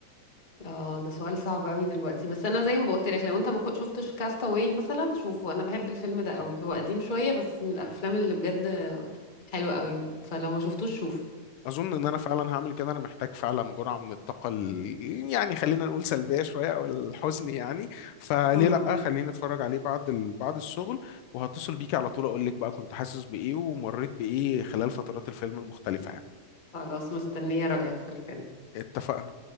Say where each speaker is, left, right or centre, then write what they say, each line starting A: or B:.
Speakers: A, on the left; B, on the left.
A: اه ده سؤال صعب قوي دلوقتي بس انا زي ما قلت لك لو انت ما كو- شفتش كاستاوي مثلا شوفه انا بحب الفيلم ده قوي هو قديم شويه بس من الافلام اللي بجد حلوه قوي فلو ما شفتوش شوفه
B: اظن ان انا فعلا هعمل كده انا محتاج فعلا جرعه من الطاقه ال... يعني خلينا نقول سلبيه شويه او الحزن يعني فليه
A: امم
B: لا خليني اتفرج عليه بعد ال... بعد الشغل وهتصل بيكي على طول اقول لك بقى كنت حاسس بايه ومريت بايه خلال فترات الفيلم المختلفه يعني
A: خلاص مستنيه رايك في الفيلم
B: اتفقنا